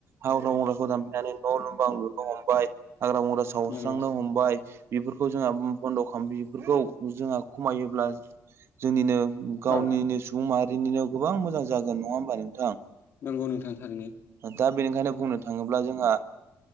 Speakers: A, on the right; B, on the left.
A: हाग्रा बंग्राखौ दानफैनानै न'बां लु हमबाय हाग्रा बंग्रा सावस्रांनो
B: नंगौ
A: हमबाय बेफोरखौ जोंहा बन्द' खाम बेफोरखौ जोंहा खमायोब्ला जोंनिनो गावनिनो
B: औ
A: सुबुं माहारि निनो गोबां मोजां जागोन नङा होमबा नोंथां?
B: नंगौ नोंथां थारैनो
A: दा बेनिखायनो बुंनो थाङोब्ला जोंहा